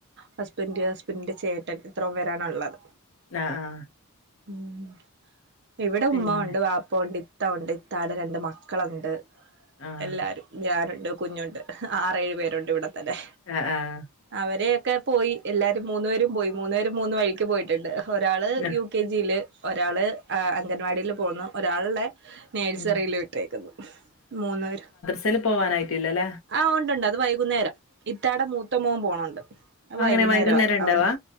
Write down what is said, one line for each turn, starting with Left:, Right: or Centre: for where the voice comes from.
Right: ഹസ്ബന്റ് ഹസ്ബന്റിന്റെ ചേട്ടൻ ഇത്രയും പേരാണ്ള്ളത്.
Left: ആഹ് ആഹ്
Right: ഉം ഇവിടെ
Left: പിന്നെ
Right: ഉമ്മ ഒണ്ട് വാപ്പഒണ്ട് ഇത്തഒണ്ട് ഇത്താടെ രണ്ട് മക്കളൊണ്ട്
Left: ആഹ്.
Right: എല്ലാരും ഞാനൊണ്ട് കുഞ്ഞൊണ്ട് ആറേഴു പേരൊണ്ട് ഇവ്ടെത്തന്നെ
Left: ആഹ് ആഹ്.
Right: അവരെയൊക്കെ പോയി എല്ലാരും മൂന്ന് പേരും പോയി മൂന്ന് പേരും മൂന്ന് വഴിക്ക് പോയിട്ട്ണ്ട് ഒരാള്
Left: ന
Right: യു കെ ജില് ഒരാള് അംഗനവാടില് പോന്നു ഒരാള്ടെ നേഴ്സറില്
Left: ഉം.
Right: വിട്ടേക്ക്‌ന്നു മൂന്നുപേരും.
Left: ത്തില് പോവാനായിട്ടില്ലലെ
Right: ആഹ് ഒണ്ട് ഒണ്ട് അത് വൈകുന്നേരം ഇത്തവണ മൂത്ത മോൻ പോണൊണ്ട് അത്
Left: അങ്ങനെ
Right: വൈകുന്നേരവാ
Left: വൈകുന്നേരം ഇണ്ടാവാ?
Right: അവന്.